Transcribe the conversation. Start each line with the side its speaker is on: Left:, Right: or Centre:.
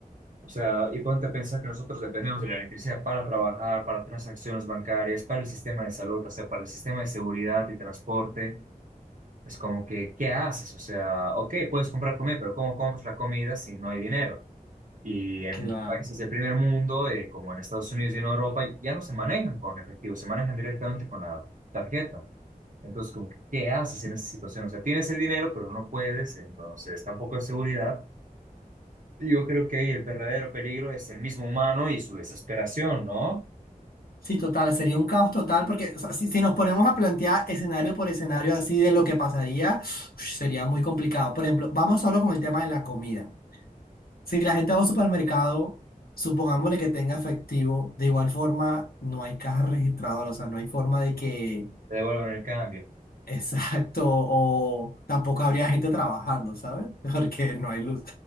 Right: O sea, y ponte a pensar que nosotros dependemos de la electricidad para trabajar, para transacciones bancarias, para el sistema de salud, o sea, para el sistema de seguridad y transporte. Es como que, ¿qué haces? O sea, ok, puedes comprar comida, pero ¿cómo compras la comida si no hay dinero? Y en
Left: claro.
Right: países del primer mundo, eh, como en Estados Unidos y en Europa, ya no se manejan con efectivo, se manejan directamente con la tarjeta. Entonces, como que, ¿qué haces en esa situación? O sea, tienes el dinero, pero no puedes, entonces tampoco hay seguridad. Yo creo que ahí el verdadero peligro es el mismo humano y su desesperación, ¿no?
Left: Sí, total, sería un caos total porque o sea, si, si nos ponemos a plantear escenario por escenario así de lo que pasaría, ush, sería muy complicado. Por ejemplo, vamos solo con el tema de la comida. Si la gente va a un supermercado, supongámosle que tenga efectivo, de igual forma no hay caja registradora, o sea, no hay forma de que,
Right: Te devuelvan el cambio.
Left: <laughs> exacto, o tampoco habría gente trabajando, ¿sabes? <laughs> Porque no hay luz.